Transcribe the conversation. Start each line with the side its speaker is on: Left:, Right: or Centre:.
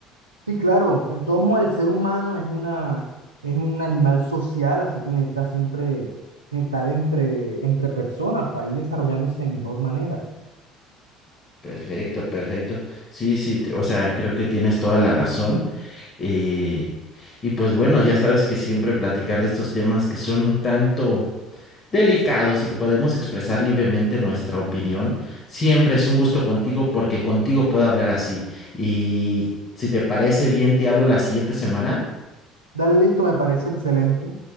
Right: Sí, claro, de todos modos el ser humano es una, es un animal social, así que necesita siempre estar entre, entre personas para ir desarrollándose de mejor manera.
Left: Perfecto, perfecto. Sí, sí, te- o sea, creo que tienes toda la razón. Eh, y pues bueno, ya sabes que siempre platicar de estos temas que son un tanto delicados y que podemos expresar libremente nuestra opinión, siempre es un gusto contigo porque contigo puedo hablar así. Y si te parece bien, te hablo la siguiente semana.
Right: Dale listo, me parece excelente.